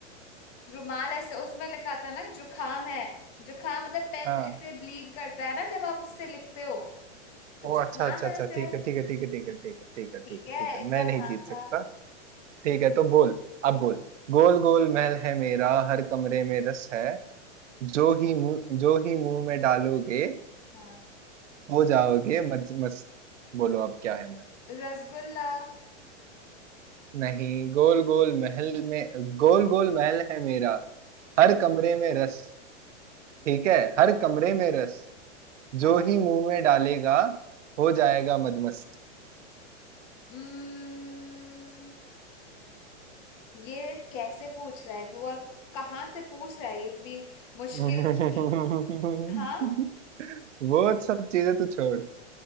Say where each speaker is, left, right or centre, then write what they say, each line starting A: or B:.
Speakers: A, on the left; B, on the right.
A: रुमाल ऐसे उसमें लिखा था ना जुखाम है जुखाम मतलब पेन
B: हाँ
A: ऐसे ब्लीड करता है ना जब आप उससे लिखते हो तो
B: ओ
A: जुखाम
B: अच्छा अच्छा
A: है
B: अच्छा
A: उसे
B: ठीक है ठीक है ठीक है ठीक है ठीक है ठीक है ठीक
A: ठीक
B: है
A: है
B: ठीक है
A: इतना
B: मैं
A: आसान
B: नहीं जीत
A: था
B: सकता ठीक है तो बोल अब बोल गोल गोल महल है मेरा हर कमरे में रस है जो ही मुंह जो ही मुंह में डालोगे
A: हाँ
B: हो जाओगे मज मस्त बोलो अब क्या है मैं
A: रसगुल्ला
B: नहीं गोल गोल महल में गोल गोल महल है मेरा हर कमरे में रस ठीक है हर कमरे में रस
A: हाँ
B: जो ही मुंह में डालेगा हो जाएगा मदमस्त
A: उम्म, ये कैसे पूछ रहा है तू और कहाँ से पूछ रहा है ये इतनी मुश्किल
B: <laughs>
A: सी हाँ
B: वो सब चीजें तू छोड़